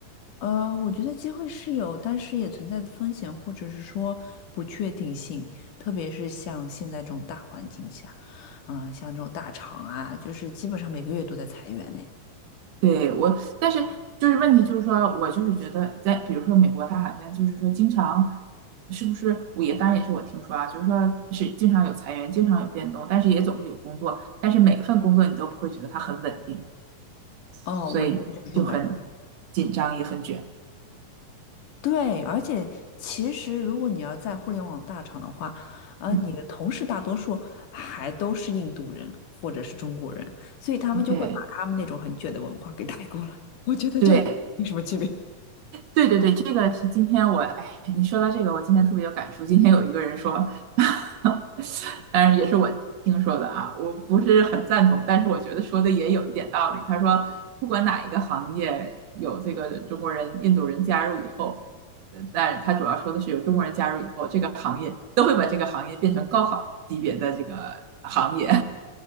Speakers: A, on the left (about 65°); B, on the right (about 60°).
A: 呃，我觉得机会是有，但是也存在风险，或者是说不确定性，特别是像现在这种大环境下，啊、像这种大厂啊，就是基本上每个月都在裁员呢。
B: 对，我，但是就是问题就是说，我就是觉得在比如说美国，它好像就是说经常是不是我也当然也是我听说啊，就是说是经常有裁员，经常有变动，但是也总会有工作，但是每一份工作你都不会觉得它很稳定，所以就很紧张也很卷。
A: 哦，我现在就是这种感觉。对，而且其实如果你要在互联网大厂的话，啊、
B: 嗯
A: 你的同事大多数还都是印度人或者是中国人，所以他们就会把他们那种很卷的文化给带过来，
B: ，OK，
A: 我觉得就没什么区别。
B: 对对。对对对，这个是今天我，哎，你说到这个，我今天特别有感触。今天有一个人说，<laughs> 当然也是我听说的啊，我不是很赞同，但是我觉得说的也有一点道理。他说，不管哪一个行业有这个中国人、印度人加入以后，呃但他主要说的是有中国人加入以后，这个行业都会把这个行业变成高考级别的这个行业。